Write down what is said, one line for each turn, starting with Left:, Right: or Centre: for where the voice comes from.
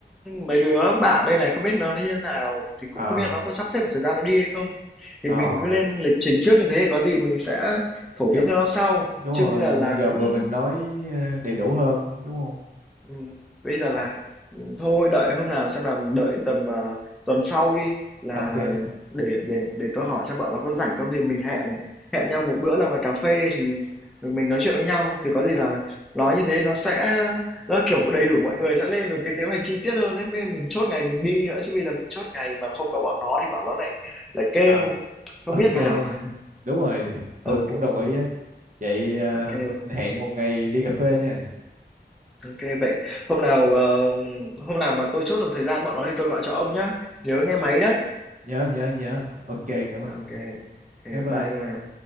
Centre: mấy đứa bạn đây này không biết nó như thế nào thì cũng
Right: à,
Centre: không biết là nó có sắp xếp được thời gian nó đi hay không
Right: ờ,
Centre: thì mình cứ lên lịch trình trước như thế có gì mình sẽ phổ
Right: gặp
Centre: biến cho nó sau
Right: đúng
Centre: chứ
Right: rồi
Centre: bây giờ là
Right: mình gặp
Centre: cũng
Right: rồi mình nói ờ, đầy đủ hơn đúng không
Centre: Ừm, bây giờ
Right: Ờ,
Centre: là, ừm, thôi đợi hôm nào xem nào đợi tầm, ờ, tuần sau đi là
Right: ok
Centre: để để để tôi hỏi xem bọn nó có rảnh không thì mình hẹn hẹn nhau một bữa ra ngoài cà phê thì rồi mình nói chuyện với nhau thì có gì
Right: Ờ,
Centre: là nói như thế nó sẽ nó kiểu đầy đủ mọi người sẽ lên được cái kế hoạch chi tiết hơn ấy nên mình chốt ngày mình đi nữa chứ vì là mình chốt ngày mà không có bọn nó thì bọn nó lại lại kêu
Right: ờ,
Centre: không
Right: ok
Centre: biết nào <laughs>
Right: đúng rồi tôi
Centre: ok
Right: cũng đồng ý á vậy ờ,
Centre: ok
Right: mình hẹn một ngày đi cà phê nha
Centre: OK, vậy hôm nào, ờ, hôm nào mà tôi chốt được thời gian bọn nó thì tôi gọi cho ông nhá, nhớ
Right: Ok,
Centre: nghe máy đấy.
Right: nhớ nhớ nhớ ok cảm ơn
Centre: OK, OK,
Right: bye bye
Centre: bye nha.